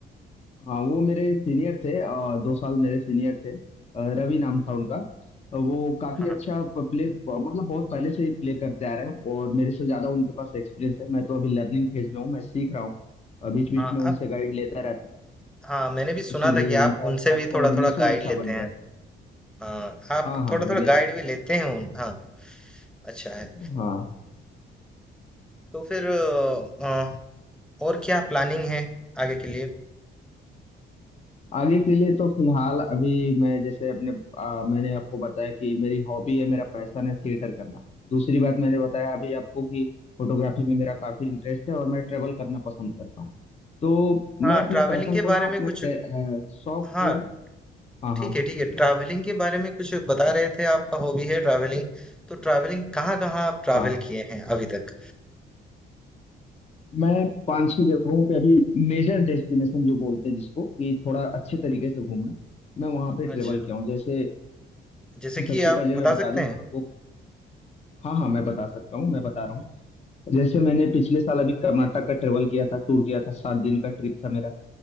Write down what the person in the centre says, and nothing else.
हाँ
हाँ
आप
हाँ मैंने भी सुना
था कि
आप उनसे
भी
थोड़ा थोड़ा गाइड
लेते
हैं
हाँ आप
थोड़ा
थोड़ा
गाइड
भी लेते
हैं उन हाँ अच्छा है
तो फिर अ, अ, और क्या प्लानिंग है आगे के लिए
हाँ
ट्रैवलिंग
के
बारे
में कुछ
हाँ
ठीक
है ठीक है ट्रैवलिंग के बारे में कुछ बता रहे थे आपका हॉबी है ट्रैवलिंग तो ट्रैवलिंग कहाँ कहाँ आप ट्रैवल
किए हैं अभी तक
अच्छा
जैसे कि
आप
बता
सकते
हैं